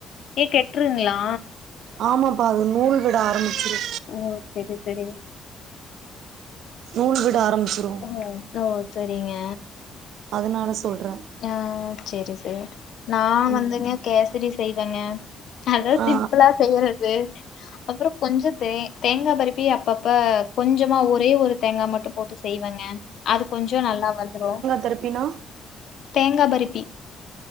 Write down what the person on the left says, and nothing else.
ஏ கெட்டுருங்ளா
ஓ செரி செரிங்
ஓ ஓ சேரிங்க
ஆ சேரி சேரி நா வந்துங்க
கேசரி செய்வேங்க அதா
சிம்புளா செய்றது அப்புறோ கொஞ்சோ தே தேங்கா பருப்பி அப்பப்ப கொஞ்சமா ஒரே ஒரு தேங்கா மட்டு போட்டுஸ் செய்வங்க அது கொஞ்சோ நல்லா வந்துரோ
தேங்கா பரிப்பி